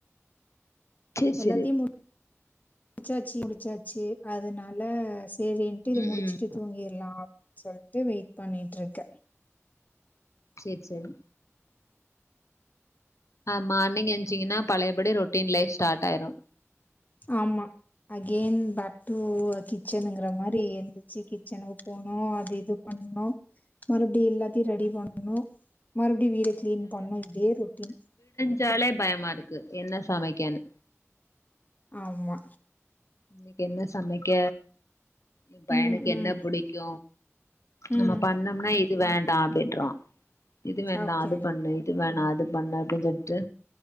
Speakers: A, on the left; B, on the left.
A: சேரி சரி
B: எல்லாத்தையும் முடிச்சாச்சு முடிச்சாச்சு அதனால சேரின்ட்டு இத
A: ம்
B: முடிச்சுட்டு
A: ம்
B: தூங்கிறலா அப்டின்னு சொல்ட்டு வெயிட் பண்ணிட்ருக்கே
A: சேரி செரி ஆ மார்னிங் என்சிங்கன்னா பழையபடி ரொட்டீன் லைஃப் ஸ்டார்ட்டாயிடு
B: ஆமா அகென் பேக் டு கிச்சனுங்கற மாரி எந்தச்சு கிச்சனுகு போனு அது இது ப பும் மறுபடி எல்லாத்தையு ரெடி பண்ணு மறுபடியு வீட கிளீன் பண்ணு இப்டியே ரொட்டீன்
A: சாலே பயமா இருக்கு என்ன சமைக்கனு
B: ஆமா
A: இன்னைக்கு என்ன சமைக்க ஏ பையனுக்கு
B: ம்,
A: என்ன
B: ம்,
A: பிடிக்கு
B: ம்.
A: நம்ம பண்ணம்னா இது வேண்டா அப்படின்றா இது வேண்டா
B: ஓகே,
A: அது பண்ணு இது வேணா அது பண்ணு அப்டின் சொல்ட்டு